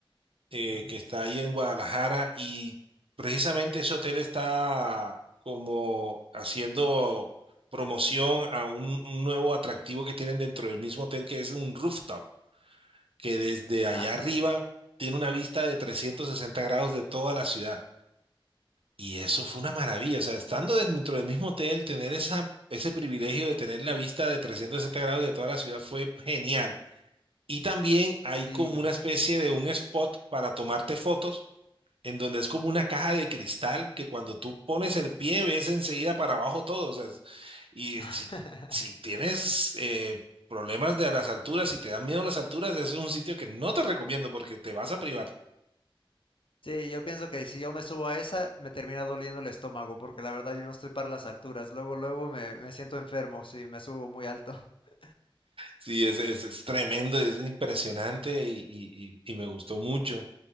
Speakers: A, on the right; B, on the left.
A: eh,
B: Ujú,
A: que está ahí en Guadalajara y precisamente ese hotel está como haciendo promoción a un, un nuevo atractivo que tienen dentro del mismo hotel que es un rooftop, que desde allá
B: Ah, sí,
A: arriba
B: sí, sí.
A: tiene una vista de 360 grados de toda la ciudad. Y eso
B: Ah,
A: fue una maravilla, o sea, estando dentro del mismo hotel, tener esa, ese privilegio de tener la vista de 360 grados de toda la ciudad fue genial. Y también hay
B: sí.
A: como una especie de un spot para tomarte fotos en donde es como
B: ujú.
A: una caja de cristal que cuando tú pones el pie ves enseguida para abajo todo. O sea, es- y
B: <laughs>
A: si, si tienes eh, problemas de las alturas, si te dan miedo las alturas, eso es un sitio que no te recomiendo porque te vas a privar.
B: Sí, yo pienso que si yo me subo a esa, me termina doliendo el estómago, porque la verdad yo no estoy para las alturas. Luego, luego me, me siento enfermo si me subo muy alto. <laughs>
A: Sí, es, es, es tremendo, es impresionante y, y- y- y me gustó mucho.